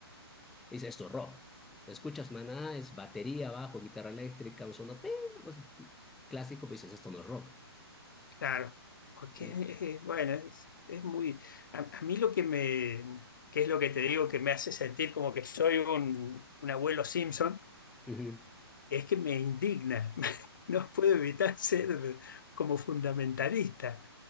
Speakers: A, in the centre; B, on the left (about 50°).
A: dices esto es rock. Escuchas Maná, es batería, bajo, guitarra eléctrica, un sonido "ping", una cosa clásico, pero dices esto no es rock.
B: claro. Porque,
A: Mm,
B: eh, bueno, es, es muy... A, a mí lo que me... que es lo que te digo que me hace sentir como que soy un, un abuelo Simpson?
A: Ujú.
B: Es que me indigna. <laughs> No puedo evitar ser como fundamentalista.